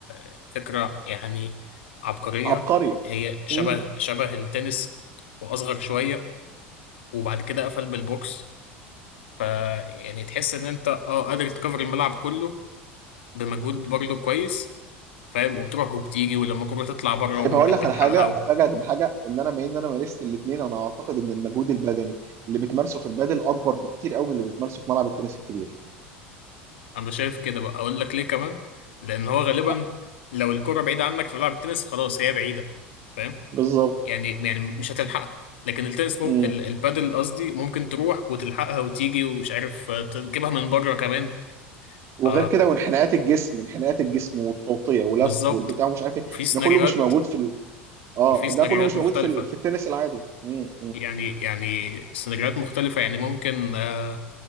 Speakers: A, on the left; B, on the right.
A: آه، فكرة يعني عبقرية
B: عبقري
A: هي شبه
B: امم
A: شبه التنس وأصغر شوية وبعد كده قفل بالبوكس فيعني تحس إن أنت أه قادر تكفر الملعب كله بمجهود برضه كويس فاهم وبتروح وبتيجي ولما الكورة تطلع بره
B: طيب
A: وممكن
B: هقول لك
A: تلحقها
B: على حاجه
A: و...
B: افاجئك بحاجه ان انا بما ان انا مارست الاثنين انا اعتقد ان المجهود البدني اللي بتمارسه في البادل اكبر بكتير قوي من اللي بتمارسه في ملعب التنس الكبير
A: أنا شايف كده بقى أقول لك ليه كمان لأن هو غالبا
B: أ-
A: لو الكرة بعيدة عنك في ملعب التنس خلاص هي بعيدة فاهم
B: بالظبط
A: يعني يعني مش هتلحقها لكن التنس ممكن
B: امم
A: البادل قصدي ممكن تروح وتلحقها وتيجي ومش عارف آه، تجيبها من بره كمان
B: وغير
A: ف
B: كده وانحناءات الجسم انحناءات الجسم والتوطيه ولف
A: بالظبط
B: والبتاع ومش عارف ايه
A: وفي سيناريوهات
B: ده كله مش موجود في ال... اه
A: وفي سيناريوهات
B: ده كله مش
A: مختلفة
B: موجود في ال... في التنس العادي امم
A: يعني يعني سيناريوهات مختلفة يعني ممكن آه،